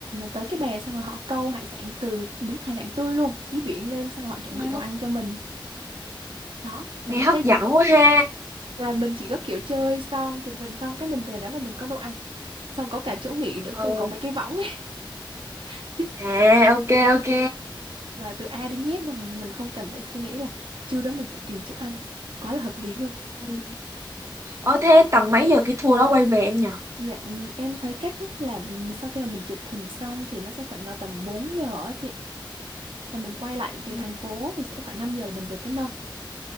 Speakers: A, on the right (about 80°); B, on the right (about 35°).
A: tới cái bè xong rồi họ câu hải sản từ đúng hải sản tươi luôn dưới biển lên xong rồi họ chuẩn
B: Ừ.
A: bị đồ ăn cho mình đó và
B: Nghe
A: em
B: hấp
A: thấy
B: dẫn quá ha.
A: là mình chỉ có kiểu chơi xong chụp hình xong cái mình về đó là mình có đồ ăn xong có cả chỗ nghỉ nữa
B: Ừ.
A: cơ có mấy cái võng ấy <laughs>
B: À, ok ok.
A: là từ A đến Z luôn rồi nên mình không cần phải suy nghĩ là trưa đó mình phải tìm chỗ ăn quá là hợp lý luôn
B: Ừ. Ờ thế tầm mấy giờ cái tour đó quay về em nhỉ?
A: Dạ ừm, em thấy kết thúc là ừm, sau khi mà mình chụp hình xong thì nó sẽ khoảng ở tầm 4 giờ á chị. Và mình quay lại về
B: Ừ.
A: thành phố thì sẽ khoảng 5 giờ là mình về tới nơi.